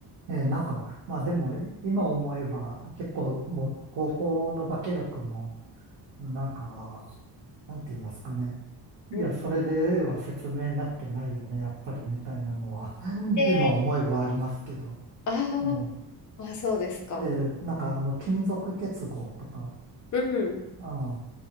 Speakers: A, on the right; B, on the left.
A: ええ、なんか、まあでも、い今思えば、結構もう、高校の化学も、なんか、なんて言いますかね。
B: うん、
A: いや、それでは説明になってないよね、やっぱりみたいなのは <laughs>
B: で、
A: 今思えばありますけど。
B: あーあ、
A: ええ
B: そうですか。
A: ええなんかあの、金属結合とか、
B: うん。
A: ああ、